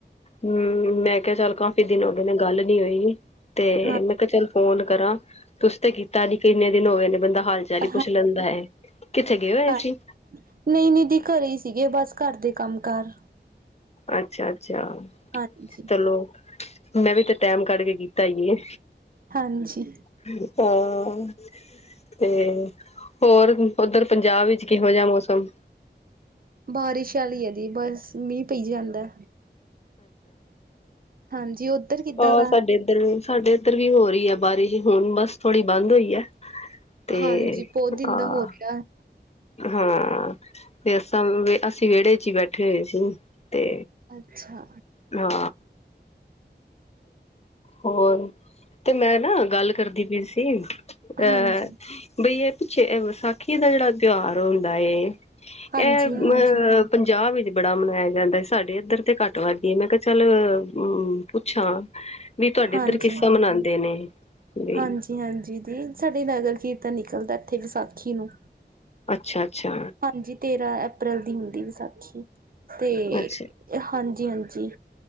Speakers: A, on the left; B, on the right.
A: ਹਮ ਮੈਂ ਕਿਹਾ ਚੱਲ ਕਾਫੀ ਦਿਨ ਹੋਗੇ ਗੱਲ ਨੀ ਹੋਈ ਤੇ
B: ਹਾਂ
A: ਚੱਲ ਫੋਨ ਕਰਾਂ। ਤੁਸੀ ਤੇ ਕੀਤਾ ਤਦ ਕਿੰਨੇ ਦਿਨ ਹੋ ਗਏ ਨੇ ਬੰਦਾ ਹਾਲ ਚਾਲ ਹੀ
B: ਹਾਂ
A: ਪੁੱਛ ਲੈਂਦਾ ਹੈ। ਕਿੱਥੇ ਗਏ ਹੋਏ
B: ਹਾਂ
A: ਸੀ?
B: ਨਹੀਂ -ਨਹੀਂ ਘਰੇ ਹੀ ਸੀਗੇ। ਬੱਸ ਘਰ ਦੇ ਕੰਮ ਕਾਰ
A: ਅੱਛਾ! ਅੱਛਾ
B: ਹਾਂਜੀ
A: ਚਲੋ। ਮੈਂ ਵੀ ਤੇ ਟੈਮ ਕੱਢ ਕੇ ਕੀਤਾ ਈ ਏ
B: ਹਾਂਜੀ
A: ਹਾਂ ਤੇ ਹੋਰ ਉੱਧਰ ਪੰਜਾਬ ਵਿੱਚ ਕਿਹੋ ਜਿਹਾ ਮੌਸਮ
B: ਬਾਰੀਸ਼ ਵਾਲੀ ਦੀ ਬੱਸ ਮੀਂਹ ਪਈ ਜਾਂਦਾ ਹਾਂਜੀ ਉੱਧਰ ਕਿੱਦਾਂ
A: ਉਹ
B: ਦਾ
A: ਸਾਡੇ ਏਧਰ ਵੀ ਅੱਛਾ, ਅੱਛਾ। ਸਾਡੇ ਇੱਧਰ ਵੀ ਹੋ ਰਹੀ ਹੈ ਬਾਰਿਸ਼ ਹੁਣ ਬਸ ਥੋੜੀ ਬੰਦ ਹੋਈ ਹੈ। ਤੇ
B: ਹਾਂਜੀ ਬਹੁਤ ਦਿਨ
A: ਆਹ
B: ਦਾ ਹੋ ਰਿਹਾ
A: ਹਾਂ ਤੇ ਅ ਅਸੀਂ ਵਿਹੜੇ ਚ ਹੀ ਬੈਠੇ ਹੋਏ ਸੀ ਤੇ
B: ਅੱਛਾ।
A: ਹਾਂ ਹੋਰ ਤੇ ਮੈਂ ਨਾ ਗੱਲ ਕਰਦੀ ਪਈ ਸੀ। ਅਹ
B: ਹਾਂਜੀ
A: ਬਈ ਇਹ ਪਿੱਛੇ ਵਿਸਾਖੀ ਦਾ ਜਿਹੜਾ ਤਿਉਹਾਰ ਹੁੰਦਾ ਏ ਇਹ
B: ਹਾਂਜੀ
A: ਅ
B: ਹਾਂਜੀ
A: ਪੰਜਾਬ ਵਿਚ ਬੜਾ ਮਨਾਇਆ ਜਾਂਦਾ ਸਾਡੇ ਇੱਧਰ ਤੇ ਘੱਟ ਵੱਧਦੀਏ ਮੈਂ ਕਿਹਾ ਚੱਲ ਹ ਛਾਂ ਵੀ ਤੁਹਾਡੇ
B: ਹਾਂਜੀ
A: ਇੱਧਰ ਕਿੱਸਾ ਮਨਾਉਂਦੇ ਨੇ ਵੀ
B: ਹਾਂਜੀ ਹਾਂਜੀ ਦੀ ਸਾਡੇ ਨਗਰ ਕੀਰਤਨ ਨਿਕਲਦਾ ਇੱਥੇ ਵਿਸਾਖੀ ਨੂੰ
A: ਅੱਛਾ, ਅੱਛਾ।
B: ਹਾਂਜੀ ਤੇਹਰਾਂ ਅਪ੍ਰੈਲ ਦੀ ਹੁੰਦੀ ਵਿਸਾਖੀ ਤੇ
A: ਅੱਛਾ
B: ਹਾਂਜੀ, ਹਾਂਜੀ